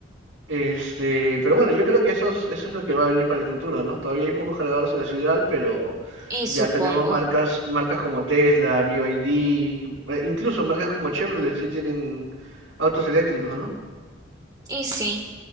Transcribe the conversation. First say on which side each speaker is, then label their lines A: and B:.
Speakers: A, on the right; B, on the right.
A: Este, pero bueno, yo creo que eso es, eso es lo que va a venir para el futuro, ¿no? Todavía hay pocos cargadores en la ciudad, pero
B: Y
A: ya
B: supongo,
A: tenemos marcas, marcas como Tesla, BYD, eh, incluso marcas como Chevrolet ya tienen autos eléctricos, ¿no?
B: y sí,